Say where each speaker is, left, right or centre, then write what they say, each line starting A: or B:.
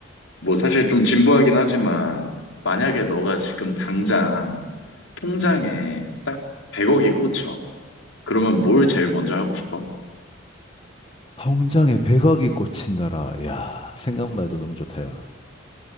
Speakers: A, on the left (about 85°); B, on the left (about 25°).
A: 뭐 사실 좀 진부하긴 하지만, 만약에 너가 지금 당장 통장에 딱 100억이 꽂혀. 그러면 뭘 제일 먼저 하고 싶어?
B: 통장에 100억이 꽂힌다라. 야, 생각만 해도 너무 좋다, 야.